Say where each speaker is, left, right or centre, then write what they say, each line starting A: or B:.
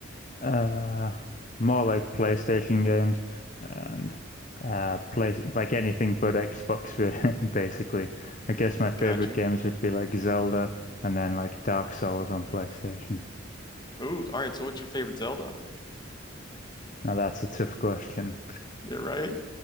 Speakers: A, on the left; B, on the left.
A: Uh, more like PlayStation games and uh, play like anything but Xbox, really, <laughs> basically. I guess my favorite
B: Got you.
A: games would be like Zelda and then like Dark Souls on PlayStation.
B: Ooh, all right. So what's your favorite Zelda?
A: Now that's a tough question.
B: Yeah, right.